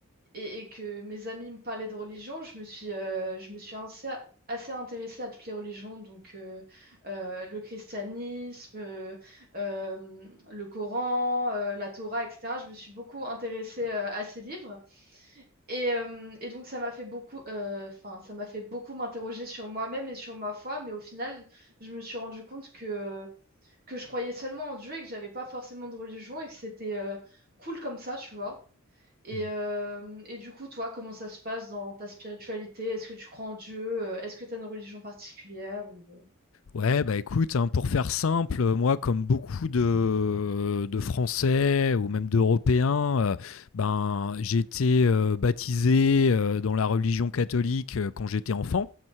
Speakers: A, on the right; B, on the left.
A: et, et que mes amis me parlaient de religion, je me suis, euh, je me suis assez, assez intéressée à toutes les religions, donc euh, euh, le christianisme, euh, euh, le Coran, euh, la Torah, etc. Je me suis beaucoup intéressée euh, à ces livres. Et, euh, et donc ça m'a fait beaucoup, euh, enfin, ça m'a fait beaucoup m'interroger sur moi-même et sur ma foi, mais au final, je me suis rendu compte que, que je croyais seulement en Dieu et que j'avais pas forcément de religion et que c'était... euh, cool comme ça, tu vois. Et,
B: Mm.
A: euh, et du coup, toi, comment ça se passe dans ta spiritualité? Est-ce que tu crois en Dieu? Euh, Est-ce que tu as une religion particulière ou... euh
B: Ouais, bah écoute, hein, pour faire simple, euh, moi, comme beaucoup de, euh, de Français ou même d'Européens, euh, ben, j'ai été euh, baptisé euh, dans la religion catholique euh, quand j'étais enfant.